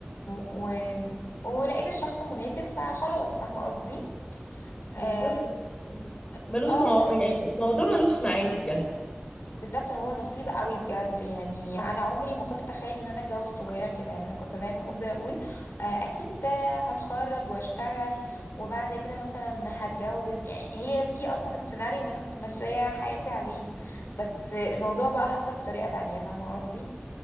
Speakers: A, on the left; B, on the left.
A: و... ولقيت الشخص المناسب فخلاص فاهمه قصدي اه
B: بالظبط كده. ملوش
A: آه،
B: مو...
A: فاهمة
B: يعني الموضوع ملوش ميعاد يعني
A: بالظبط هو نصيب قوي بجد يعني
B: صح
A: انا عمري ما كنت اتخيل ان انا اتجوز صغيره كده يعني انا كنت دايما بفضل اقول آه، اكيد ده هتخرج واشتغل وبعد كده مثلا هتجوز يعني هي دي اصلا السيناريو اللي انا كنت ماشيه حياتي عليه بس الموضوع بقى حصل بطريقه تانية فاهمه قصدي